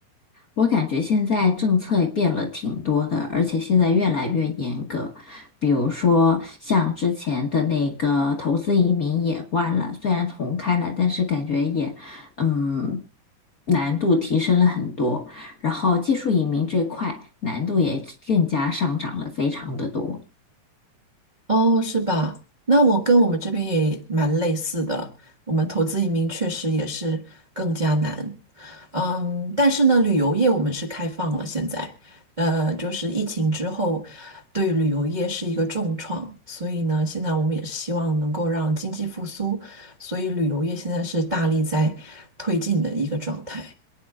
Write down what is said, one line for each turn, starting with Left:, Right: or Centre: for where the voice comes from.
Left: 我感觉现在政策也变了挺多的，而且现在越来越严格。比如说，像之前的那个投资移民也关了，虽然重开了，但是感觉也，嗯，难度提升了很多。然后技术移民这块难度也更加上涨了非常的多。
Right: 哦，是吧？那我跟我们这边也蛮类似的，我们投资移民确实也是更加难。嗯，但是呢，旅游业我们是开放了，现在，呃，就是疫情之后，对旅游业是一个重创，所以呢，现在我们也是希望能够让经济复苏，所以旅游业现在是大力在推进的一个状态。